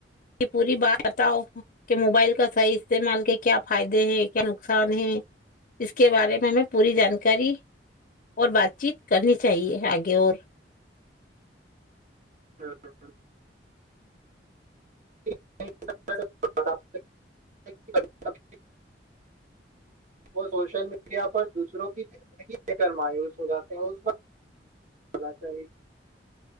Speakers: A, on the left; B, on the right.
A: پوری بات بتاؤ کہ موبائل کا صحیح استعمال کے کیا فائدہ ہی کیا نقصان ہی اس کے بارے میں ہمیں پوری جانکاری اور بات چیت کرنی چاہیے آگے اور
B: ہاں ہ ہاں <inaudible> وہ سوشل میڈیا پر دوسروں کی زندگی لے کر مایوس ہو جاتے ہیں اسقنا چیے